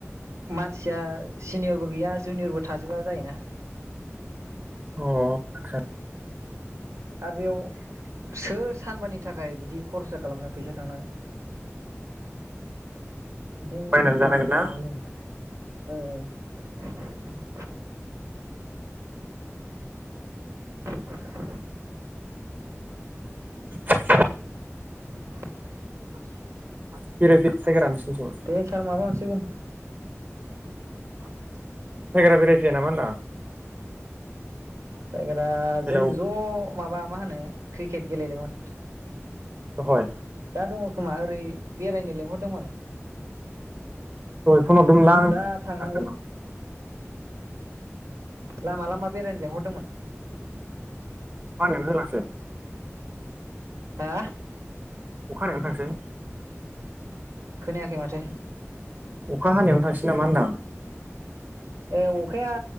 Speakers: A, on the right; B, on the right.
A: मानसिया सिनियरबो गैया जुनियरबो थाजोबा जायोना।
B: अ आत्छा?
A: आ बेयाव सोर सानबानि थाखाय बिदि खरसा खालामनो फैसा थांनो। ओंखायनो
B: बायनानै
A: बायनानसो जानांगोन
B: ना
A: जों। औ औ। <inaudible>
B: <inaudible>
A: <inaudible>
B: <unintelligible> नोंसिनिथिं?
A: दे सार माबा मोनसे बुं <inaudible>
B: <unintelligible> बेरायफैया नामा होनदां?
A: <unintelligible> जों
B: हेलौ
A: ज' माबा मा होनो क्रिकेट गेलेदोंमोन।
B: दहय?
A: दा दङ' खोमा ओरै बेरायनो लेंहरदोंमोन।
B: दहाय फन हरदोंमोनलां आसोलनाव।
A: दा थांनांगोन लामा लामा बेरायनो लेंंहरदोंमोन।
B: <unintelligible> होलांसै?
A: हो?
B: अखा हानायावनो थांसै?
A: खोनायाखै माथो।
B: अखा हानायावनो थांसै नामा होनदां?
A: ए अखाया